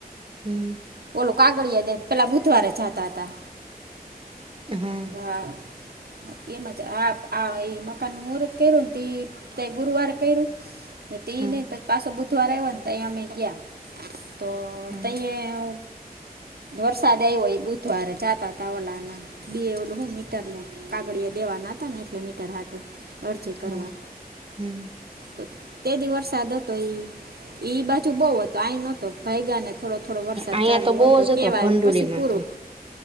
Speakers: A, on the right; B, on the right.
A: હમ
B: ઓલું કાગળિયા દે પેલા બુધવારે જાતા હતા.
A: હા.
B: હા. એમ જ આ આ મકાનનું મુહૂર્ત કર્યું ને ત ગુરુવારે કર્યું. તે
A: હા
B: નહી પછી પાછો બુધવારે આવ્યો ને તો અહીંયા અમે ગયા તો
A: હા
B: તહીંયા. વરસાદ આવ હોય બુધવારે જાતા તાવલા ના બી એલું હું મીટર ન આાગળ દેવાના હતા ને એટલે મીટર હાટું. અરજી કરવા.
A: હા હમ
B: તો તેથી વરસાદ હતો ઈ બાજુ બહુ હતો આઈ નોતો. ભાઈગા ને થોડો થોડો વરસાદ
A: અહિયાં
B: ચાલુ
A: તો બહુ
B: હતો
A: જ
B: કેવાય
A: ભંડુરીમાં
B: પછી પૂરું,
A: તો